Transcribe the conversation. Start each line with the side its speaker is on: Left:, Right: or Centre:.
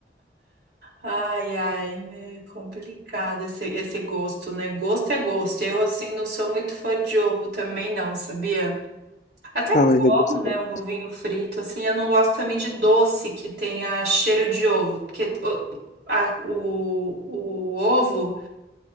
Right: Ai, ai, é complicado esse, esse gosto, né? Gosto é gosto. Eu, assim, não sou muito fã de ovo também, não, sabia? Até
Left: Ah,
Right: como,
Left: mas é gostoso.
Right: né? Um ovinho frito, assim. Eu não gosto também de doce que tenha cheiro de ovo, porque o, a- o, o ovo,